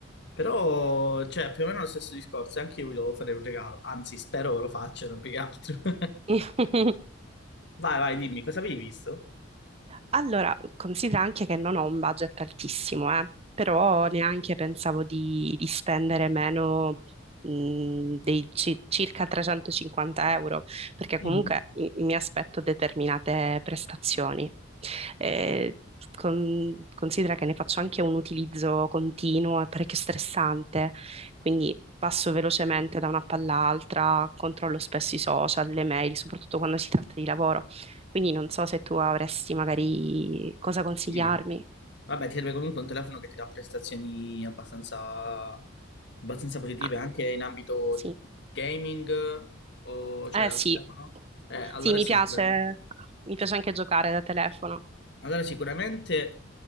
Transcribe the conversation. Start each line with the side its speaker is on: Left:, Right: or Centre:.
Left: però, cioè, più o meno lo stesso discorso. Anche io vi devo fare un regalo. Anzi, spero che lo facciano più che altro. <laughs>
Right: <laughs>
Left: Vai, vai, dimmi, cosa avevi visto?
Right: Allora, considera anche che non ho un budget altissimo, eh, però neanche pensavo di, di spendere meno mh, dei ci- circa 350 euro, perché
Left: Mhm.
Right: comunque i- mi aspetto determinate prestazioni. Eh, con- considera che ne faccio anche un utilizzo continuo e parecchio stressante, quindi passo velocemente da una palla all'altra, controllo spesso i social, le mail, soprattutto quando si tratta di lavoro. Quindi non so se tu avresti magari cosa consigliarmi.
Left: Sì. Vabbè, ti serve comunque un telefono che ti dà prestazioni abbastanza, abbastanza positive
Right: Ah,
Left: anche in ambito
Right: sì.
Left: gaming o cioè
Right: Eh
Left: dal
Right: sì.
Left: telefono. Eh, allora
Right: Sì, mi
Left: sì,
Right: piace.
Left: sicuramente.
Right: Mi piace anche giocare da telefono.
Left: Allora, sicuramente